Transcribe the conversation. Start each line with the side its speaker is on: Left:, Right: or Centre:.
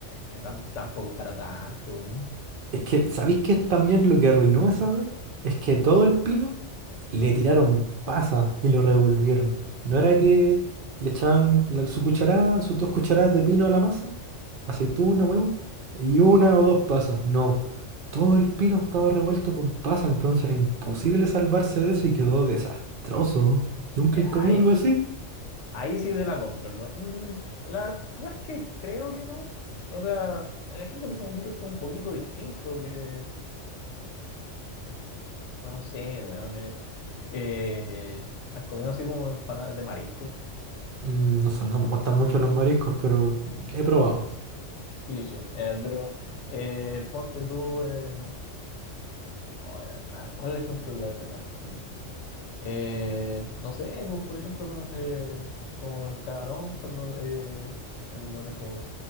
Left: eh, tam- tampoco es para tanto.
Right: Es que, ¿sabéis qué es también lo que arruinó esa vez? Es que todo el pino le tiraron pasa y lo revolvieron. No era que le echaban la- su cucharada, sus dos cucharadas de pino a la masa, aceituna, huevo, y una o dos pasas. No, todo el pino estaba revuelto con pasa, entonces era imposible
Left: Mm.
Right: salvarse de eso y quedó desastroso. ¿Nunca
Left: Ya,
Right: he comido
Left: ahí,
Right: algo así?
Left: ahí sí te la compro, ¿no? Mm, la verdad es que creo que no. O sea, el ejemplo que se me ocurre es como un poquito distinto que... No, no sé, weón, eh, eh, has comido así como empanadas de marisco,
Right: Mm, No sé, no me gustan mucho los mariscos, pero he probado.
Left: es que eh, pero eh, ponte tú, em, oh, eh, a ver, ¿cuál es el ejemplo que iba a sacar? Mm. Eh, no sé, vos, por ejemplo, con, eh, con el camarón, cuando eh, lo de como